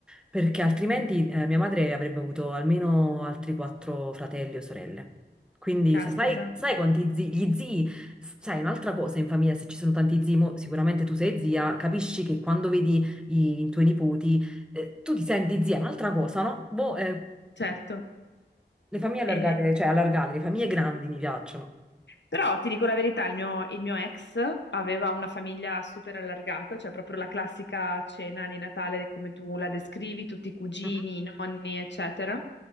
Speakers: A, in the centre; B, on the left.
A: perché altrimenti eh, mia madre avrebbe avuto almeno altri quattro fratelli o sorelle. Quindi
B: Caspita,
A: sa- sai, sai quanti zii, gli zii, sai un'altra cosa in famiglia, se ci sono tanti zii, mo sicuramente tu sei zia, capisci che quando vedi i, i tuoi nipoti, eh, tu ti senti zia, è un'altra cosa, no? Boh, eh,
B: certo.
A: le famiglie allargate,
B: E,
A: cioè allargate, le famiglie grandi mi piacciono.
B: Però ti dico la verità, il mio, il mio ex aveva una famiglia super allargata, cioè proprio la classica cena di Natale come tu la descrivi, tutti i cugini,
A: Mhm.
B: i nonni, eccetera.